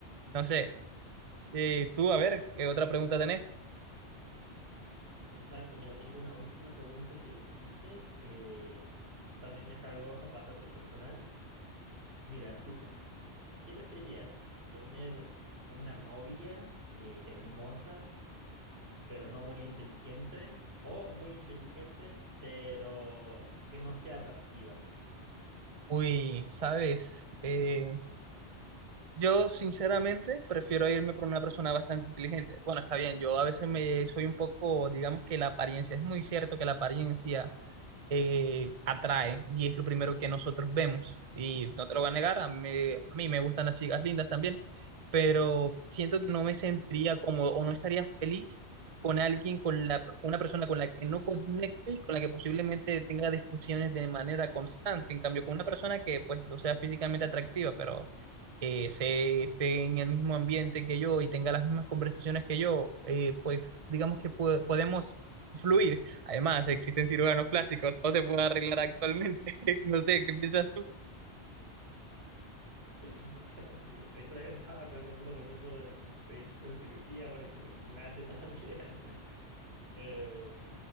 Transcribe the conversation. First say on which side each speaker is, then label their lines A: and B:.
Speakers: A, on the right (about 40°); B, on the right (about 60°).
A: No sé, eh, tú a ver, ¿qué otra pregunta tenés?
B: Exacto, mira, tengo una última pregunta que decirte. eh, también es algo <laughs> bastante personal. Mira, escucha, ¿qué preferirías? ¿Tener una novia eh, hermosa? pero no muy inteligente, o muy inteligente, pero que no sea atractiva.
A: Uy, sabes, eh, yo sinceramente prefiero irme por una persona bastante inteligente. Bueno, está bien, yo a veces me soy un poco, digamos que la apariencia, es muy cierto que la apariencia eh, atrae y es lo primero que nosotros vemos. Y no te lo voy a negar, a mí, a mí me gustan las chicas lindas también, pero siento que no me sentiría cómodo o no estaría feliz con alguien, con la, con una persona con la que no conecte y con la que posiblemente tenga discusiones de manera constante. En cambio, con una persona que pues no sea físicamente atractiva, pero eh, se esté en el mismo ambiente que yo y tenga las mismas conversaciones que yo, eh, pues digamos que po- podemos fluir Además, existen cirujanos plásticos, todo se puede arreglar actualmente. <laughs> No sé, ¿qué piensas tú?
B: <laughs> Exacto, Estaba pensando lo mismo de, de que existe en cirugía, bueno, existe el gimnasio <laughs> también. Eh,